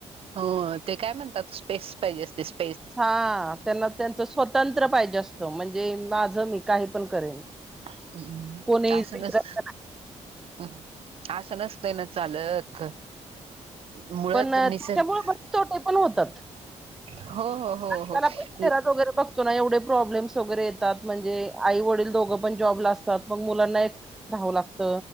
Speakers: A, on the right (about 50°); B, in the centre.
A: हो ते काय म्हणतात स्पेस पाहिजे स्पेस
B: हां त्यांना त्यांच स्वतंत्र पाहिजे असतं. म्हणजे माझं मी काही पण करेन.
A: हम्म
B: कोणी
A: अस
B: विचारायचं
A: नस
B: नाही
A: असं नसतंय ना चालत. मुळात
B: पण त्याच्यामुळे
A: निसर्ग
B: बरेच तोटे पण होतात.
A: हो हो हो
B: त्याला
A: हो
B: पणरात वगैरे बघतो ना एवढे प्रॉब्लेम्स वगैरे येतात. म्हणजे आई वडील दोघं पण जॉब ला असतात. मग मुलांना एकट राहावं लागत,